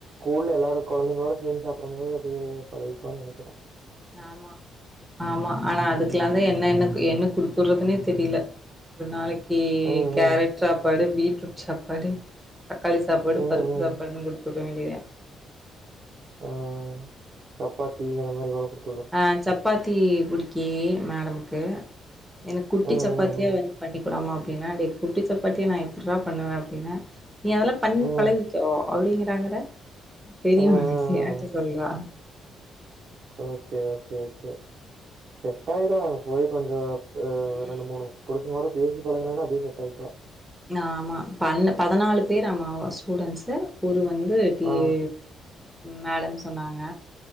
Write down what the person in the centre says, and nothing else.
ஆமா ஆமா ஆனா அதுக்கெல்லாம்
தான் என்னன என்ன குடுது சொடுறதுனே தெரியல ஒரு நாளைக்கு இ
கேரட்
சாப்பாடு பீட் ஜூட சாப்பாடு தக்காளி சாப்பாடு
பருப்பு
சாப்பாடுன்னு கொடுத்துடு வேண்டியதுதா
ஆஹ் சப்பாத்தி பத்தி பிடிக்கி மேடமுக்கு எனக்கு குட்டி
சப்பாத்தியா
வந்து பண்ணி ஆமா பின்னாடி குட்டி சப்பாத்தி நான் எப்புர பண்ணுவேன் அப்படின்னா நீ அதெல்லாம் பண்ணி
பழகிக்கோ அப்படிங்கிறாங்கிற டா பெரிய
மனிசியாட்டம்
சொல்வா
ம்
ஆ ஆமா பதினாலு பேர் ஆமா ஸ்டூடெண்ட்ஸ் வந்து டீயே
மேடம் சொன்னாங்க